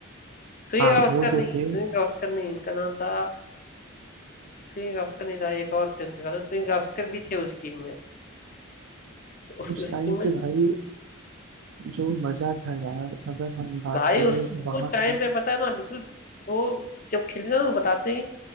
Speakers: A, on the left (about 40°); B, on the right (about 80°).
A: सुनील
B: हाँ
A: गावस्कर
B: वो जो
A: नहीं
B: थे
A: सुनील गावस्कर नहीं उनका नाम था सुनील गावस्कर नहीं था एक और थे उनके साथ में, सुनील गावस्कर भी थे उस टीम में उसकी
B: उस
A: टीम
B: टाइम
A: में
B: पे भाई जो मजा था यार अगर हम बात
A: भाई
B: करें
A: उस
B: वहां
A: वो टाइम
B: से
A: पे पता है ना बिल्कुल वो जब खेलते ना तो बताते हैं